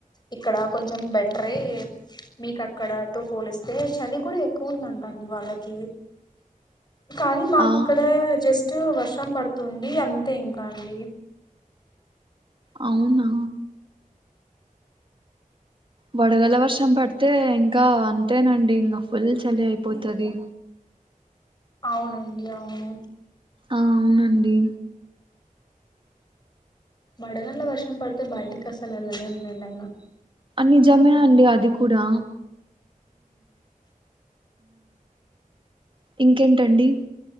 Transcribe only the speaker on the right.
ఆ
అవునా వడగల వర్షం పడితే ఇంకా అంతేనండి ఇంకా ఫుల్ చలి అయిపోతుది
ఆ అవునండి
నిజమే అండి అది కూడా ఇంకేంటండి